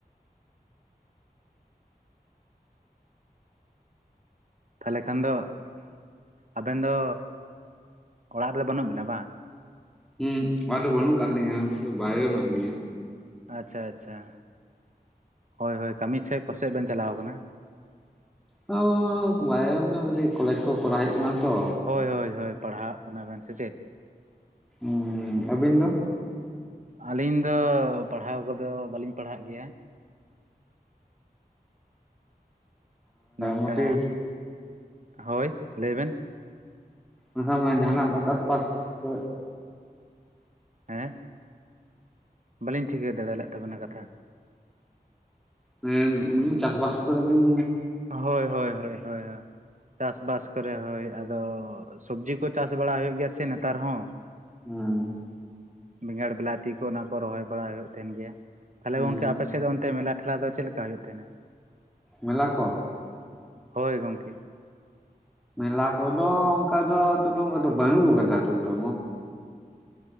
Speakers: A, on the right; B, in the centre.
A: ᱛᱟᱦᱚᱞᱮ ᱠᱷᱟᱱ ᱫᱚ, ᱟᱵᱮᱱ ᱫᱚ ᱚᱲᱟᱜ ᱨᱮ ᱵᱟᱹᱱᱩᱜ ᱵᱮᱱᱟ ᱵᱟᱝ?
B: ᱦᱩᱸ ᱚᱲᱟᱜ ᱨᱮᱫᱚ ᱵᱟᱹᱱᱩᱜ ᱟᱠᱟᱫ ᱞᱤᱧᱟᱹ ᱵᱟᱭᱨᱮ ᱢᱮᱱᱟᱜ ᱞᱤᱧᱟᱹ᱾
A: ᱟᱪᱪᱷᱟ ᱟᱪᱪᱷᱟ, ᱦᱳᱭ ᱦᱳᱭ ᱠᱟᱹᱢᱤ ᱫᱮᱜ ᱯᱟᱥᱮᱜ ᱵᱮᱱ ᱪᱟᱞᱟᱣ ᱟᱠᱟᱱᱟ?
B: <unintelligible> ᱠᱟᱹᱴᱤᱡ ᱠᱚᱞᱮᱡᱽ ᱠᱚ ᱠᱚᱨᱟᱣ ᱦᱩᱭᱩᱜ ᱠᱟᱱᱟ ᱛᱚ᱾
A: ᱦᱳᱭ ᱦᱳᱭ ᱦᱳᱭ ᱯᱟᱲᱦᱟᱜ ᱠᱟᱱᱟ ᱵᱮᱱ ᱥᱮ ᱪᱮᱫ?
B: ᱩᱸᱸ ᱟᱹᱵᱤᱱ ᱫᱚ?
A: ᱟᱹᱞᱤᱧ ᱫᱚ ᱯᱟᱲᱦᱟᱣ ᱠᱚᱫᱚ ᱵᱟᱹᱞᱤᱧ ᱯᱟᱲᱦᱟᱜ ᱜᱮᱭᱟ᱾ ᱱᱤᱝᱠᱟ
B: ᱢᱚᱴᱤ
A: ᱦᱳᱭ, ᱞᱟᱹᱭ ᱵᱮᱱ?
B: <unintelligible> ᱡᱟᱦᱟᱸᱱᱟᱜ ᱵᱟ <unintelligible> ᱥᱮ ᱵᱟᱥ ᱠᱚ
A: ᱦᱮᱸ, ᱵᱟᱹᱞᱤᱧ ᱴᱷᱤᱠᱟᱹ ᱫᱟᱲᱮ ᱞᱮᱜ ᱛᱟᱵᱮᱱᱟ ᱠᱟᱛᱷᱟ᱾
B: ᱦᱩᱸ ᱪᱟᱥ-ᱵᱟᱥ ᱠᱚᱨᱮ ᱫᱚᱧ,
A: ᱦᱳᱭ ᱦᱳᱭ ᱦᱳᱭ ᱦᱳᱭ, ᱪᱟᱥ-ᱵᱟᱥ ᱠᱚᱨᱮ ᱦᱳᱭ, ᱟᱫᱚ ᱥᱚᱵᱽᱡᱤ ᱠᱚ ᱪᱟᱥ ᱵᱟᱲᱟ ᱦᱩᱭᱩᱜ ᱜᱮᱭᱟ ᱥᱮ ᱱᱮᱛᱟᱨ ᱦᱚᱸ᱾
B: ᱦᱩᱸ
A: ᱵᱮᱸᱜᱟᱲ ᱵᱮᱞᱟᱹᱛᱤ ᱠᱚ ᱚᱱᱟ ᱠᱚ ᱨᱚᱦᱚᱭ ᱵᱟᱲᱟ ᱦᱩᱭᱩᱜ ᱛᱟᱦᱮᱸᱱ ᱜᱮ᱾ ᱛᱟᱦᱚᱞᱮ
B: ᱦᱩᱸ
A: ᱜᱚᱝᱠᱮ ᱟᱯᱮ ᱥᱮᱫ ᱫᱚ ᱚᱱᱛᱮ ᱢᱮᱞᱟ ᱴᱷᱮᱞᱟ ᱫᱚ ᱪᱮᱫ ᱞᱮᱠᱟ ᱦᱩᱭᱩᱜ ᱛᱟᱦᱮᱸᱱᱟ?
B: ᱢᱮᱞᱟ ᱠᱚ᱾
A: ᱦᱳᱭ ᱜᱚᱝᱠᱮ᱾
B: ᱢᱮᱞᱟ ᱠᱚᱫᱚ ᱚᱱᱠᱟ ᱫᱚ ᱟᱫᱚ ᱵᱟᱹᱱᱩᱜ ᱠᱟᱫᱟ ᱱᱤᱛᱟᱹᱜ ᱫᱚ᱾